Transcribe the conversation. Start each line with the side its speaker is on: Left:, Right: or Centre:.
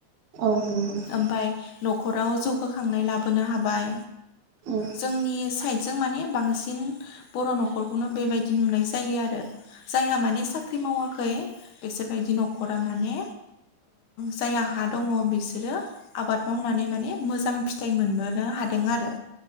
Right: औ नंगौ
Left: ओमफाय न'खराव जौगाखांनाय लाबोनो हाबाय।
Right: नोंथां
Left: जोंनि साइडजों माने बांसिन बर' न'खर -खौनो बेबायदि नुनाय जायो आरो जायहा माने साख्रि मावाखै एसेबायायदि न'खरा माने जायहा हा दङ बिसोरो आबाद मावनानै माने मोजां फिथाइ मोनबो नो हादों आरो